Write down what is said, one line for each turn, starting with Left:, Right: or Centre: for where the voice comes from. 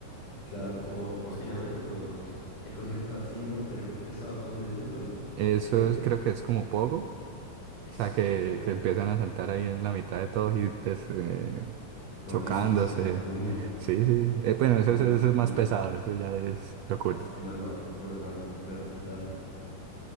Left: claro. Como, ¿cómo es que llaman esos los... Hay conciertos así, ¿no? De rock pesado, ¿cómo se le dicen? Los...
Right: Eso
Left: ¿Rake?
Right: es- creo que es como poco O
Left: Eso,
Right: sea, que,
Left: los pogo.
Right: que empiezan a saltar ahí en la mitad de todos y pues eh,
Left: No,
Right: chocándose.
Left: yo hizo que esas sean puño.
Right: Sí, sí. Eh, bueno, eso,
Left: Una
Right: eso-
Left: locura.
Right: eso es más pesado, eso ya es locura.
Left: Haz- Una locura, una locura total.